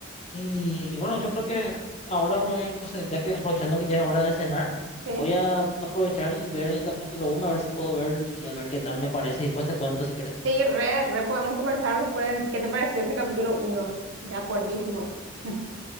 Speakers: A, on the left; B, on the right.
A: Y, y bueno, yo creo que ahora me voy, entonces, ya que aprovechando que ya es hora de cenar,
B: Sí,
A: voy a aprovechar y ver el capítulo uno a ver si puedo ver y a ver qué tal me parece. Y después te cuento si querés.
B: sí, re, re, podemos conversar después. ¿Qué te pareció ese capítulo uno? De acuerdísimo. <laughs>